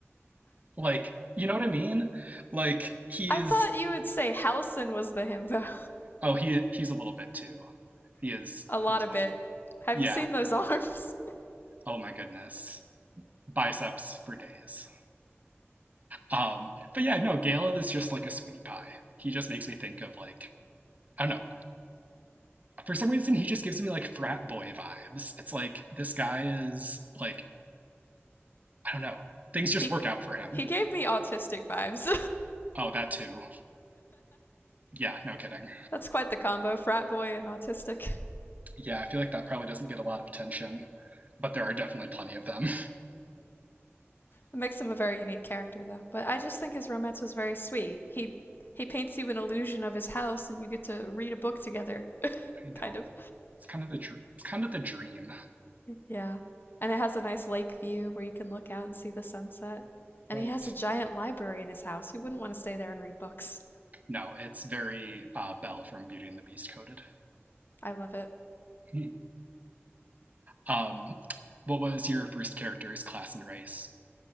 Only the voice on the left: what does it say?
I
thought you would say Halson was the himbo.
<laughs> A lot
of
it. Have
you seen those arms? <laughs>
He
he gave me autistic vibes.
<laughs> That's quite the combo, frat boy and autistic.
It makes him a very unique character, though. But I just think his romance was very sweet. He he paints you an illusion of his house, and you get to read a book together, <laughs>
kind of.
Yeah, and it has a nice lake view where you can look out and see the sunset. And
he has a giant library in his house. Who wouldn't want to stay there and read books?
I love it.